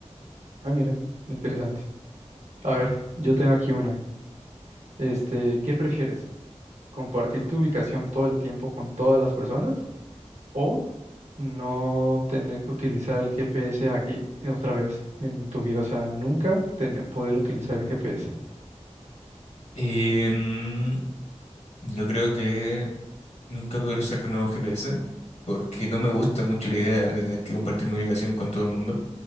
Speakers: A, on the right; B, on the left.
A: Ah, mira, interesante. A ver, yo tengo aquí una. Este, ¿qué prefieres? ¿Compartir tu ubicación todo el tiempo con todas las personas? o no tener que utilizar el GPS aquí eh, otra vez en tu vida, o sea, nunca tener, poder utilizar el GPS.
B: Em, yo creo que nunca podré usar de nuevo GPS porque no me gusta mucho la idea de tener que compartir mi ubicación con todo el mundo.